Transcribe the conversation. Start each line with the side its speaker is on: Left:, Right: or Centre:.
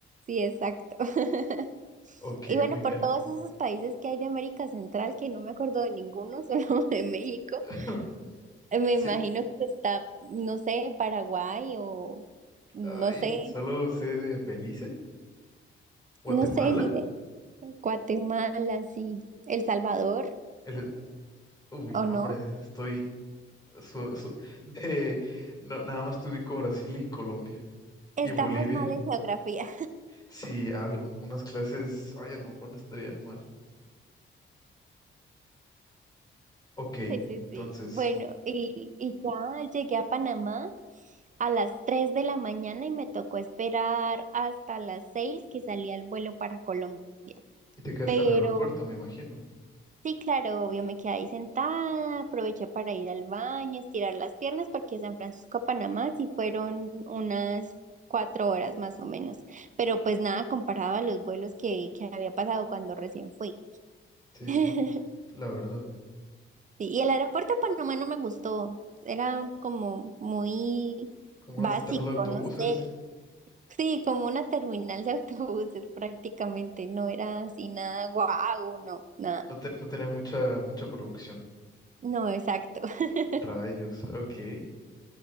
Right: sí, exacto. <laughs>
Left: Ok,
Right: Y bueno,
Left: muy bien.
Right: por todos esos países que hay de América Central, que no me acuerdo de ninguno, <laughs> solo de México,
Left: <laughs>
Right: eh, me
Left: Sí,
Right: imagino que está, no sé, Paraguay o no
Left: ay,
Right: sé,
Left: solo sé de Belice, Guatemala.
Right: no sé, ni idea. Guatemala, sí, El Salvador,
Left: El, uy,
Right: ¿o
Left: no,
Right: no?
Left: hombre, estoy su- su- de, no, nada más te ubico Brasil y Colombia
Right: Estamos
Left: y Bolivia.
Right: mal en geografía.
Left: Sí, algo, unas clases, ay, a lo mejor no estarían mal. Ok,
Right: Sí, sí,
Left: entonces,
Right: sí. Bueno, y, y ya llegué a Panamá a las 3 de la mañana y me tocó esperar hasta las 6 que salía el vuelo para Colombia.
Left: y te quedaste
Right: Pero
Left: en el aeropuerto, me imagino.
Right: sí, claro, obvio, me quedé ahí sentada, aproveché para ir al baño, estirar las piernas, porque San Francisco a Panamá sí fueron unas cuatro horas más o menos. Pero pues nada comparado a los vuelos que, que había pasado cuando recién fui.
Left: Sí, sí,
Right: <laughs>
Left: la verdad.
Right: Sí, y el aeropuerto de Panamá no me gustó. Era como muy
Left: Como
Right: básico,
Left: una central de autobuses,
Right: no sé. Sí, como una terminal de <laughs> autobuses prácticamente. No era así nada guau, no, nada.
Left: no, te- no tenía mucha, mucha producción.
Right: No, exacto. <laughs>
Left: Rayos, ok.